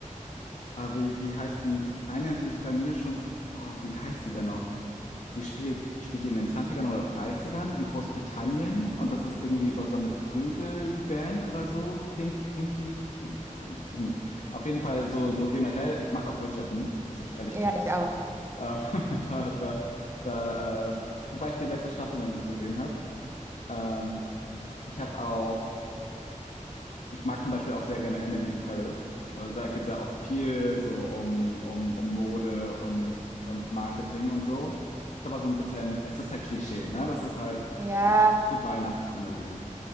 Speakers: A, on the left (about 60°); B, on the right (about 20°).
A: ah, wie, wie heißt denn eine, die ich bei mir schon, ah, wie heißt die denn noch? Die spielt, spielt die in den Zwanzigern oder Dreißigern in Großbritannien und das ist irgendwie über so eine Prügelband oder so. Pink, Pinky, Pink. Hm. Auf jeden Fall so, so generell, ich mag auch Bridgerton, muss ich ehrlich
B: Ja,
A: gestehen.
B: ich auch.
A: Äh, <laughs> da, da, da, äh, wobei ich die letzte Staffel noch nicht gesehen habe. Ähm, ich habe auch. ich mag zum Beispiel auch sehr gerne Emily in Paris. Äh, Da geht es ja auch viel so um, um, um Mode und, und Marketing und so. Ist aber so ein bisschen, es ist halt Klischee, ne? Das ist halt
B: Ja,
A: die, die Weihnachtskomödien.